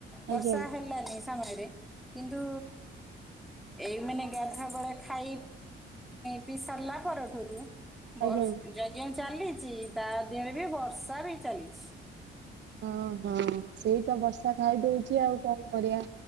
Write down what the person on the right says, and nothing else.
ଆଜ୍ଞା
ଆଜ୍ଞା।
ହଁ ହଁ ସେଇ ତ ବର୍ଷା ଖାଇଦଉଛି ଆଉ କଣ କରିବା।